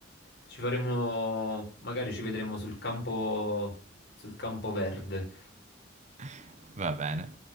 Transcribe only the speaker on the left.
Ci faremo, magari ci vedremo sul campo, sul campo verde.